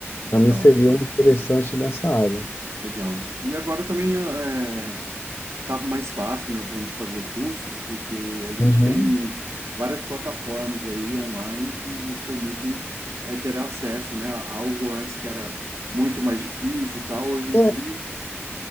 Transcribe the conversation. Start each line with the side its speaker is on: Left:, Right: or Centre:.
Right: legal,
Left: Para mim seria um interessante nessa área.
Right: legal. E agora também é, tá mais fácil, né, para a gente fazer cursos, porque a gente
Left: Uhum.
Right: tem várias plataformas aí online que nos permitem é, ter acesso, né, a algo antes que era muito mais difícil e tal, hoje em
Left: É,
Right: dia,